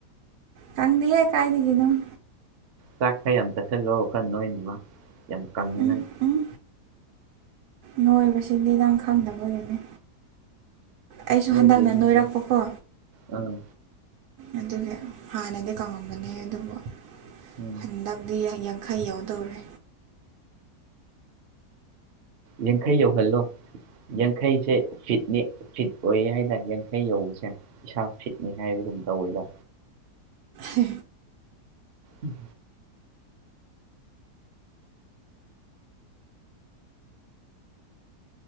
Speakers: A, on the right; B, on the right.
A: ꯈꯪꯗꯦꯍꯦ ꯀꯥꯏꯗꯒꯤꯅꯝ
B: ꯆꯥꯛꯈꯩ ꯌꯥꯝ ꯆꯠꯁꯤꯜꯂꯑꯣ ꯈꯔ ꯅꯣꯏꯅꯦꯅꯕ ꯌꯥꯝ ꯀꯉꯤꯅꯪ
A: ꯎꯝ ꯎꯝ ꯅꯣꯏꯕꯁꯤꯗꯤ ꯅꯪ ꯈꯪꯗꯕꯒꯤꯅꯤ ꯑꯩꯁꯨ
B: ꯅꯣꯏꯗꯦ
A: ꯍꯟꯗꯛꯅ
B: ꯅꯣꯏꯗꯦ
A: ꯅꯣꯏꯔꯛꯄꯀꯣ
B: ꯑꯥ
A: ꯑꯗꯨꯒꯤ ꯍꯥꯟꯅꯗꯤ ꯀꯪꯉꯝꯕꯅꯦ ꯑꯗꯨꯕꯨ
B: ꯎꯝ
A: ꯍꯟꯗꯛꯗꯤ ꯈꯩ ꯌꯥꯎꯗꯧꯔꯦ
B: ꯌꯦꯡꯈꯩ ꯌꯧꯍꯜꯂꯣ ꯌꯥꯡꯈꯩꯁꯦ ꯐꯤꯠꯅꯤ ꯐꯤꯠ ꯑꯣꯏ ꯍꯥꯏꯇꯥꯔꯦ ꯌꯥꯡꯈꯩ ꯌꯧꯕꯁꯦ ꯏꯁꯥ ꯐꯤꯠꯅꯤ ꯍꯥꯏꯕ ꯑꯗꯨꯝ ꯇꯧꯋꯤꯗ
A: ꯍ
B: ꯎꯝ